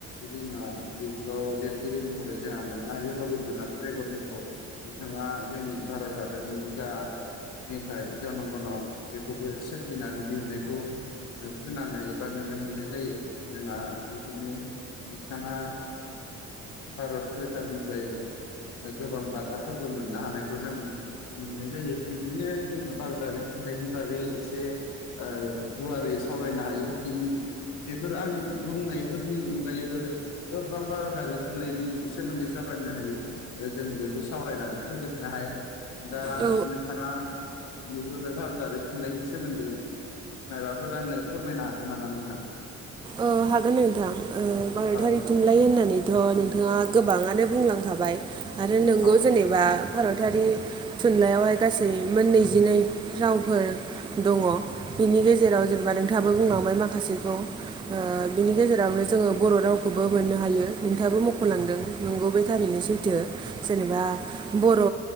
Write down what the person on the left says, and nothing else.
जोंहा बेफोराव लिरगिरि महरै जोंहा मोननो हायो रबिन्द्रनाथ ट्रेगरमोनखौ। बिथाङा जोंनि भारत हादरनि जा मेथाइ जनगन' बेखौबो सोरजिनानै दिहुनन्नायखौ खोनानो एबा नुनो मोननाय जायो। जोंहा बिदिनो बिथाङा भारत सोरखारारनिफ्राय ओ गोबां बान्थाफोरबो मोननो हानायखौ जों मोननाय जायो बिदिनो जोंहा भारतारि थुनलाइनि बागै एसे ओ गुवारै सावरायनो हायो। बि सोर आं बुंनायफोरनि अनगायैबो गोबां भारतारि थुनलाइनि सोमोन्दै सावरायनो हायो। ओ जों बेखौ सावरायनानै फोजोबनो हाया। दा
नोंथाङा बेफोर भारजारि थुनलाइनि सोमोन्दै माइबाफोर आंनो फोरमायनो हागोन नामा नोंथां?
औ
औ